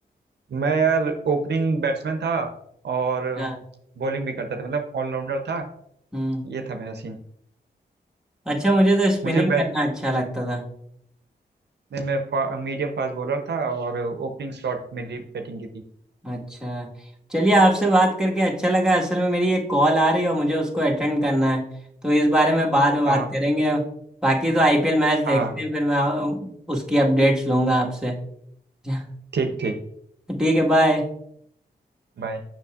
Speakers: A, on the right (about 70°); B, in the centre.
A: मैं यार ओपनिंग बैट्समैन था और
B: अच्छा
A: बॉलिंग भी करता था मतलब ऑलराउंडर था
B: हम्म
A: ये था मेरा सीन
B: अच्छा मुझे तो स्पिनिंग
A: मुझे बैटने
B: करना अच्छा लगता था
A: में फा, मीडियम फास्ट बॉलर था और ओपनिंग स्लॉट मेरी बैटिंग की थी
B: अच्छा चलिए आपसे बात करके अच्छा लगा असल में मेरी एक कॉल आ रही है और मुझे उसको अटेंड करना है तो इस बारे में बाद में बात
A: हाँ
B: करेंगे बाकी तो आईपीएल मैच देखते
A: हाँ
B: हैं फिर मैं आ- उसकी अपडेट्स लूंगा आपसे <laughs>
A: ठीक ठीक
B: ठीक है बाय
A: बाय